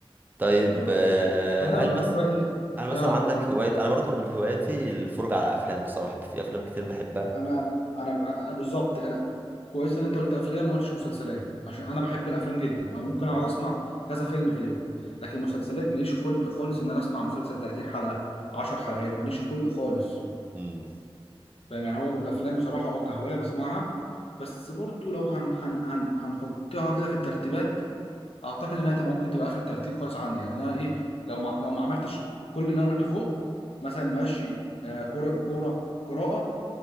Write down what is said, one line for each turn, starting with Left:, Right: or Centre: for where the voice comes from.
Right: طيب
Left: بالظبط
Right: آه،
Left: فزي ما
Right: هل
Left: بقول
Right: مثلا
Left: لك بقى ايه
Right: هل مثلا
Left: اه
Right: عندك
Left: انا
Right: هواية انا برضو من هواياتي الفرجة على افلام بصراحة في افلام كتير بحبها
Left: انا انا أنا بالظبط انا كويس ان انت قلت افلام ما قلتش مسلسلات عشان انا بحب الافلام جدا او ممكن اقعد اسمع كذا فيلم في اليوم لكن مسلسلات ماليش خلق خالص ان انا اسمع مسلسل 30 حلقه 10 حلقات ماليش خلق خالص
Right: امم
Left: فاهم يعني هو الافلام بصراحه اه كهوايه بسمعها بس برضو لو هن هن هن هنحطها كده في الترتيبات اعتقد انها تبقى ممكن تبقى اخر ترتيب خالص عندي يعني انا ايه لو ما لو ما عملتش كل اللي انا قلته فوق مثلا ماشي آه كوره كوره قراءه